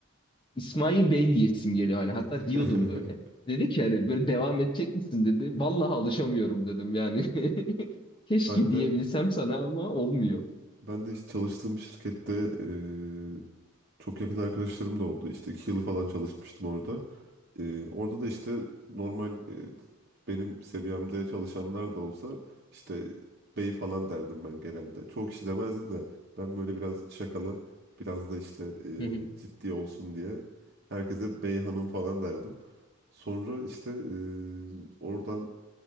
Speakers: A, on the left; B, on the right.
A: İsmail Bey diyesim geliyor hala. Hatta
B: <laughs>
A: diyordum böyle. Dedi ki hani böyle devam edecek misin dedi. Vallahi alışamıyorum dedim yani. <laughs> Keşke
B: Ben de
A: diyebilsem sana ama olmuyor.
B: ben de işte çalıştığım şirkette eee, çok yakın arkadaşlarım da oldu. İşte iki yılı falan çalışmıştım orada. Ee, orada da işte normal e, benim seviyemde çalışanlar da olsa işte bey falan derdim ben genelde. Çoğu kişi demezdi de ben böyle biraz şakalı, biraz da işte
A: Hı hı.
B: e, ciddi olsun diye herkese bey hanım falan derdim. Sonra işte e, oradan